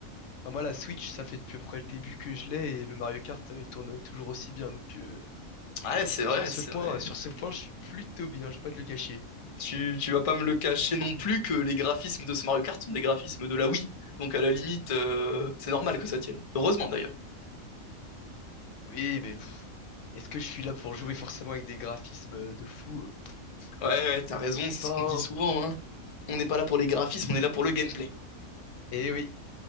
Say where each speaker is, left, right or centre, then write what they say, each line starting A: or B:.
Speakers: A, on the left; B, on the left.
A: Bah, moi, la Switch, ça fait depuis à peu près le début que je l'ai et le Mario Kart, euh, il tourne toujours aussi bien. Donc, euh,
B: Ouais, c'est vrai,
A: Sur ce
B: c'est
A: point,
B: vrai.
A: euh, sur ce point, je suis plutôt bien, je vais pas te le cacher.
B: Tu, tu vas pas me le cacher non plus que les graphismes de ce Mario Kart sont des graphismes de la Wii. Donc à la limite, euh, c'est normal que ça tienne. Heureusement d'ailleurs.
A: Oui, mais pff, est-ce que je suis là pour jouer forcément avec des graphismes euh, de fou? Euh, pff,
B: Ouais, ouais, t'as raison,
A: Je sais
B: c'est
A: pas,
B: ce qu'on dit souvent,
A: hein.
B: hein. On n'est pas là pour les graphismes, on est là pour le gameplay.
A: Eh oui,